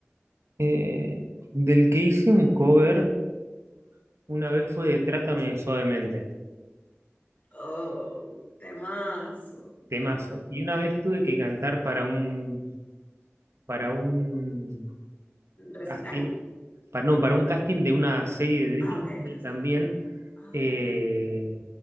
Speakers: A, on the right (about 80°); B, on the left (about 45°).
A: Eh, del que hice un cover una vez fue de Trátame Suavemente.
B: Oh, temas.
A: Temazo. Y una vez tuve que cantar para un, para un
B: ¿Recital?
A: casting, para, no, para un casting de una serie de
B: Ah,
A: Disney
B: ok, casting.
A: también,
B: Ah,
A: eh,
B: ok.